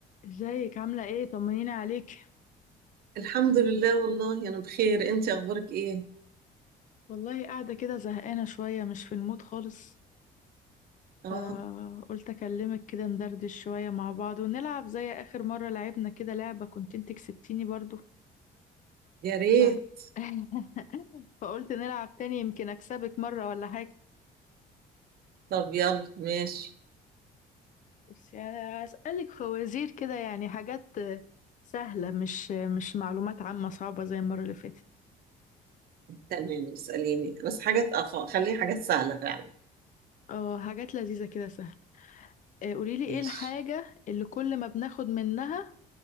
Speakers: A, on the left; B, on the right.
A: ازيك عاملة ايه طمنيني عليك
B: الحمد لله والله أنا بخير أنت أخبارك إيه؟
A: والله قاعدة كده زهقانة شوية مش في المود خالص
B: آه
A: فقلت اكلمك كده ندردش شوية مع بعض ونلعب زي اخر مرة لعبنا كده لعبة كنت انت كسبتيني برضو
B: يا ريت
A: ف... <laughs> فقلت نلعب تاني يمكن اكسبك مرة ولا حاجة
B: طب يلا ماشي
A: بس يعني هسألك فوازير كده يعني حاجات سهلة مش مش معلومات عامة صعبة زي المرة اللي فاتت
B: تمام اسأليني بس حاجات أخ... خليه حاجات سهلة فعلا
A: اه حاجات لذيذة كده سهلة آه، قوليلي ايه
B: ماشي
A: الحاجة اللي كل ما بناخد منها